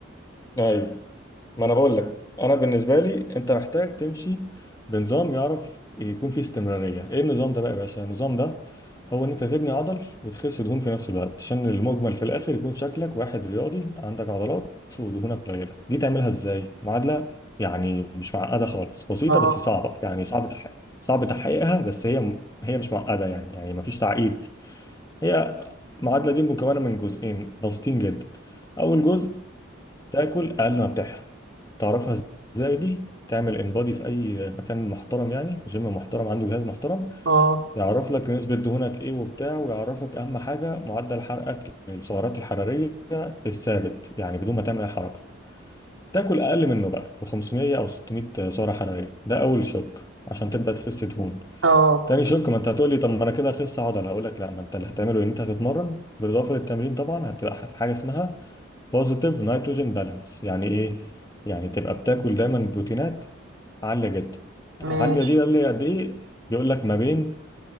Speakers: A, on the left (about 15°); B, on the right (about 80°).
A: ايوه ما انا بقول لك انا بالنسبه لي انت محتاج تمشي بنظام يعرف يكون فيه استمراريه ايه النظام ده بقى يا باشا النظام ده هو ان انت تبني عضل وتخس دهون في نفس الوقت عشان المجمل في الاخر يكون شكلك واحد رياضي عندك عضلات ودهونك قليله دي تعملها ازاي معادله يعني مش معقده خالص بسيطه
B: اه
A: بس صعبه يعني صعب تحقيق صعب تحقيقها بس هي هي مش معقده يعني يعني مفيش تعقيد هي المعادله دي مكونه من جزئين بسيطين جدا اول جزء تاكل اقل ما بتحرق تعرفها ازاي دي تعمل انبادي في اي مكان محترم يعني جيم محترم عنده جهاز محترم
B: اه
A: يعرف لك نسبة دهونك ايه وبتاع ويعرفك اهم حاجة معدل حرقك للسعرات الحرارية الثابت يعني بدون ما تعمل اي حركة تاكل اقل منه بقى ب 500 او 600 سعرة حرارية ده اول شوك عشان تبدأ تخس دهون
B: اه
A: تاني شوك ما انت هتقول لي طب ما انا كده هخس عضل هقول لك لا ما انت اللي هتعمله ان انت هتتمرن بالاضافه للتمرين طبعا هتبقى في حاجه اسمها بوزيتيف نيتروجين بالانس يعني ايه يعني تبقى بتاكل دايما بروتينات عاليه جدا
B: ماشي
A: عاليه دي بقى اللي قد ايه بيقول لك ما بين